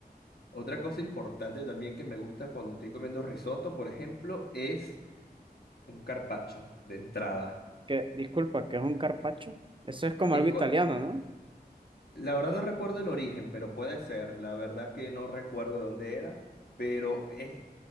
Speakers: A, on the left; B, on the right.
A: Otra cosa importante también que me gusta cuando estoy comiendo risotto, por ejemplo, es un carpaccio de entrada.
B: Que, disculpa, ¿qué es un carpaccio? Eso es como
A: Es,
B: algo
A: cu-
B: italiano, ¿no?
A: La verdad no recuerdo el origen, pero puede ser. La verdad que no recuerdo de dónde era, pero es